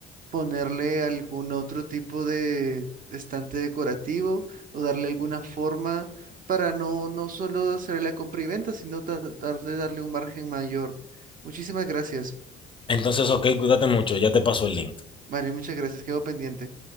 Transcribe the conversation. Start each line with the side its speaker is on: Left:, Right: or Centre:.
Right: ponerle algún otro tipo de estante decorativo o darle alguna forma para no, no solo hacer la compra y venta, sino tratar de darle un margen mayor. Muchísimas gracias.
Left: Entonces, ok, cuídate mucho, ya te paso el link.
Right: Vale, muchas gracias. Quedo pendiente.